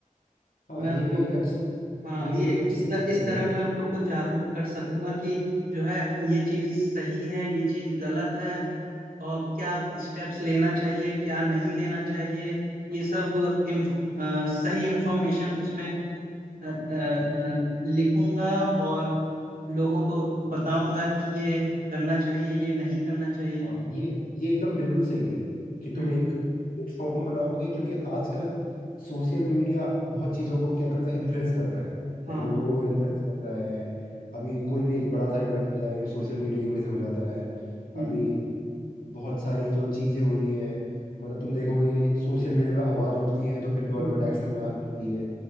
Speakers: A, on the left; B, on the right.
A: हाँ
B: मैं
A: ये
B: उन
A: भी
B: लोग
A: एक अच्छा
B: हाँ
A: ये भी
B: ये
A: एक अच्छा
B: इस त,
A: मीडियम
B: इस तरह
A: है
B: मैं उन लोग को जागरूक कर सकूंगा कि जो है ये चीज सही है ये चीज गलत है और क्या स्टेप्स लेना चाहिए क्या नहीं लेना चाहिए ये सब इन्फ, अ, सही इंफॉर्मेशन उसमें अ, अ, अ, लिखूंगा और लोगों को बताऊंगा कि ये करना चाहिए ये नहीं करना चाहिए
A: हाँ ये ये एकदम बिल्कुल सही है कि तुम
B: हम्म
A: एक प्लेटफॉर्म बनाओगे क्योंकि आजकल सोशल मीडिया बहुत चीज़ों को क्या करता है इन्फ्लुएंस कर रहा है
B: हाँ
A: मतलब लोगों को इन्फ्लुएंस कर रहा है अभी कोई भी एक बड़ा सा इवेंट हो जाए सोशल मीडिया की वजह से हो जाता है
B: हम्म
A: अभी बहुत सारी जो चीज़ें हो रही है मतलब तुम देखोगे कि सोशल मीडिया पे आवाज़ उठती है तो फिर गवर्नमेंट
B: हम्म
A: एक्शन में लेती है